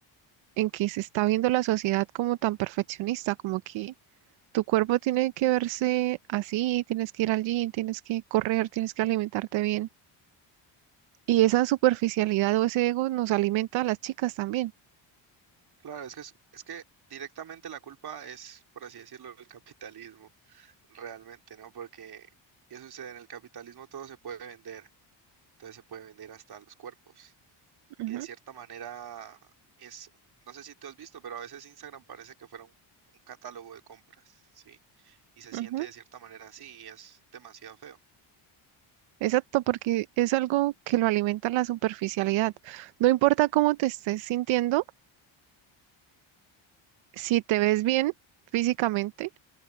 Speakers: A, on the right (about 75°); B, on the right (about 50°).
A: en que se está viendo la sociedad como tan perfeccionista, como que Tu cuerpo tiene que verse así, tienes que ir al gym, tienes que correr, tienes que alimentarte bien. Y esa superficialidad o ese ego nos alimenta a las chicas también.
B: Claro, es que, es, es que directamente la culpa es, por así decirlo, el capitalismo, realmente, ¿no? Porque, ¿qué sucede? En el capitalismo todo se puede vender, entonces se puede vender hasta los cuerpos.
A: Ujú,
B: Y de cierta manera es, no sé si tú has visto, pero a veces Instagram parece que fuera un, un catálogo de compras, ¿sí? Y se
A: ujú.
B: siente de cierta manera así y es demasiado feo.
A: Exacto, porque es algo que lo alimenta la superficialidad. No importa cómo te estés sintiendo, si te ves bien físicamente,